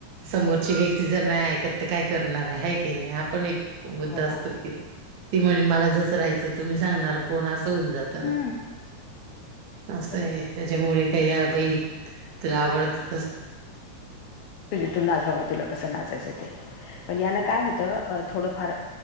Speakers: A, on the right; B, on the left.
A: समोरची व्यक्ती जर नाही ऐकत तर काय करणार आहे हाय की नाही आपण एक मुद्दा
B: हो ना
A: असतो की ती म्हणे मला जसं राहायचं तुम्ही सांगणार कोण असं होऊन जातं
B: हम्म
A: ना. असये
B: बरोबर.
A: त्याच्यामुळे काही ह्या बाई तुला आवडत तसं
B: तू जी तु नाच बाबा तुला कसं नाचायचं ते पण यान काय होतं अ थोडंफार